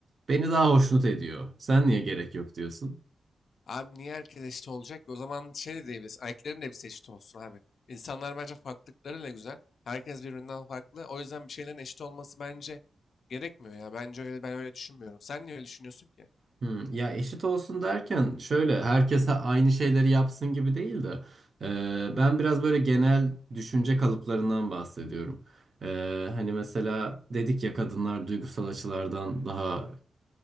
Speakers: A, on the right; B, on the left.
A: beni daha hoşnut ediyor. Sen niye gerek yok diyorsun?
B: Abi niye herkes eşit olacak? ki? O zaman şey de diyebilirsin. Erkeklerin de hepsi eşit olsun abi. İnsanlar bence farklılıklarıyla güzel. Herkes birbirinden farklı. O yüzden bir şeylerin eşit olması bence gerekmiyor ya. Bence öyle ben öyle düşünmüyorum. Sen niye öyle düşünüyorsun ki?
A: Hmm, ya eşit olsun derken şöyle herkese aynı şeyleri yapsın gibi değil de e, ben biraz böyle genel düşünce kalıplarından bahsediyorum. E, hani mesela dedik ya kadınlar duygusal açılardan daha